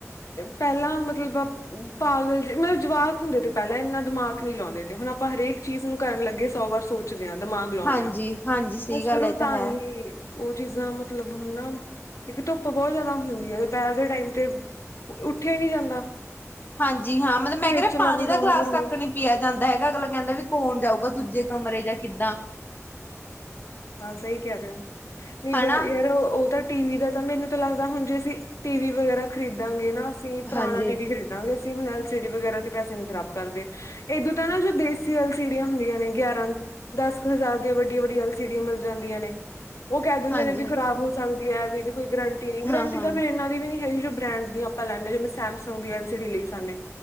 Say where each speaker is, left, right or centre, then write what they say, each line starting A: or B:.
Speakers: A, on the left; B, on the left.
A: ਪਹਿਲਾਂ ਮਤਲਬ ਪਾਗਲ ਜ ਮਤਲਬ ਜਵਾਕ ਹੁੰਦੇ ਤੇ ਪਹਿਲਾਂ ਇੰਨਾ ਦਿਮਾਗ ਨੀ ਲਾਉਂਦੇ, ਤੇ ਹੁਣ ਆਪਾਂ ਹਰੇਕ ਚੀਜ਼ ਨੂੰ ਕਰਨ ਲੱਗੇ ਸੌ ਵਾਰ ਸੋਚ ਦਿਮਾਗ ਲਾਉਦੇ
B: ਹਾਂਜੀ
A: ਆ,
B: ਹਾਂਜੀ ਸਹੀ
A: ਬਸ
B: ਗੱਲ
A: ਫਿਰ ਉਹ
B: ਇਹ
A: ਤਾਂ
B: ਹੈ।
A: ਹੀ ਉਹ ਚੀਜ਼ਾਂ ਮਤਲਬ ਹੁਣ ਨਾ, ਇੱਕ ਧੁੱਪ ਬਹੁਤ ਜ਼ਿਆਦਾ ਹੁੰਦੀ ਹੈ ਦੁਪਹਿਰ ਦੇ ਟਾਈਮ ਤੇ ਉੱਠਿਆ ਨਹੀਂ ਜਾਂਦਾ।
B: ਹਾਂਜੀ ਹਾਂ, ਮਤਲਬ ਮੈਂ
A: ਫਿਰ
B: ਕਹਿ ਰਿਹਾ
A: ਚਲਾ
B: ਪਾਣੀ
A: ਵੀ ਕੌਣ
B: ਦਾ ਗਲਾਸ
A: ਕਰੂਗਾ
B: ਤੱਕਣੀ ਪਿਆ ਜਾਂਦਾ ਹੈਗਾ, ਅਗਲਾ ਕਹਿੰਦਾ ਵੀ ਕੌਣ ਜਾਊਗਾ ਦੂਜੇ ਕਮਰੇ ਜਾਂ ਕਿੱਦਾਂ।
A: ਹਾਂ ਸਹੀ ਕਹਿ ਰਹੇ ਹੋ, ਨਹੀਂ
B: ਹਨਾ।
A: ਬਟ ਯਾਰ ਉਹ ਤਾਂ ਟੀ ਵੀ ਦਾ ਤਾਂ ਮੈਨੂੰ ਤਾਂ ਲੱਗਦਾ ਹੁਣ ਜੇ ਅਸੀਂ, ਟੀ ਵੀ ਵਗੈਰਾ ਖਰੀਦਾਂਗੇ ਨਾ ਅਸੀਂ ਪੁਰਾਣਾ
B: ਹਾਂਜੀ
A: ਟੀ ਵੀ ਖਰੀਦਾਂ ਕਰਾਂਗੇ ਅਸੀਂ, ਹੁਣ ਐਲ ਸੀ ਡੀ ਵਗੈਰਾ ਤੇ ਪੈਸੇ ਨਹੀਂ ਖਰਾਬ ਕਰਦੇ। ਏਦੋਂ ਤਾਂ ਨਾ ਜੋ ਦੇਸੀ ਅਲਸੀਡੀਆਂ ਹੁੰਦੀਆਂ ਨੇ, ਗਿਆਰਾਂ ਦਸ ਹਜ਼ਾਰ ਦੀਆਂ ਵੱਡੀਆਂ ਵੱਡੀਆਂ, ਅਲ ਸੀ ਡੀ ਡੀਆਂ ਮਿਲ ਜਾਂਦੀਆਂ ਨੇ, ਉਹ ਕਹਿ ਦਿੰਦੇ
B: ਹਾਂਜੀ।
A: ਨੇ ਵੀ ਖ਼ਰਾਬ ਹੋ ਸਕਦੀ ਹੈ ਵੀ ਇਹਦੀ ਕੋਈ ਗਰੰਟੀ
B: ਹਾਂ-ਹਾਂ।
A: ਗਰੰਟੀ ਤਾਂ ਫਿਰ ਇਹਨਾਂ ਦੀ ਵੀ ਨੀ ਹੈਗੀ, ਜੋ ਬ੍ਰਾਂਡ ਦੀ ਆਪਾਂ ਲੈਂਦੇ ਜਿਵੇਂ ਸੈਮਸੰਗ ਦੀ ਐਲ ਸੀ ਲਈ ਸਨੇ